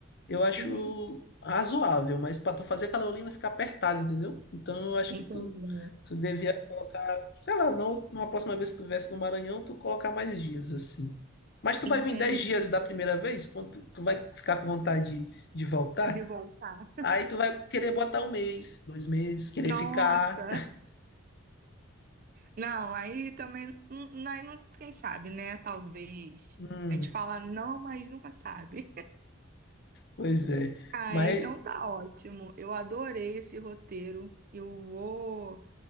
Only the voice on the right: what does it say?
Uhum,
entendi.
Entendi.
De voltar.
Nossa.
Não, aí também, não- aí não, quem sabe, né? Talvez.
A gente fala não, mas nunca sabe.
Ah,
então tá ótimo. Eu adorei esse roteiro. Eu vou,